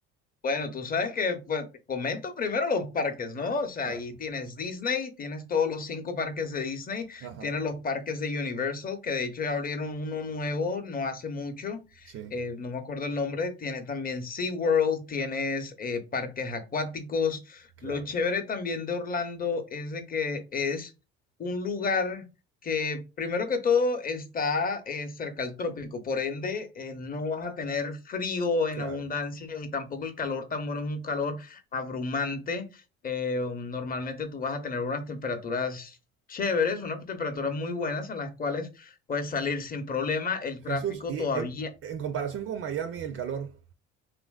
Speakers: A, on the left; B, on the right.
A: Bueno, tú sabes que, pues, te comento primero los parques, ¿no? O sea,
B: Claro.
A: ahí tienes Disney, tienes todos los cinco parques de Disney,
B: Ajá,
A: tienes los parques de Universal, que de hecho ya abrieron uno nuevo no hace mucho,
B: sí,
A: eh, no me acuerdo el nombre, tiene también SeaWorld, tienes eh, parques acuáticos.
B: claro,
A: Lo chévere también de Orlando es de que es un lugar que primero que todo está eh, cerca al trópico, por ende eh, no vas a tener frío en
B: claro.
A: abundancia y tampoco el calor tan bueno es un calor abrumante. Eh, um, normalmente tú vas a tener unas temperaturas chéveres, unas temperaturas muy buenas en las cuales puedes salir sin problema. El tráfico
B: Jesús, y
A: todavía...
B: en, en comparación con Miami, el calor,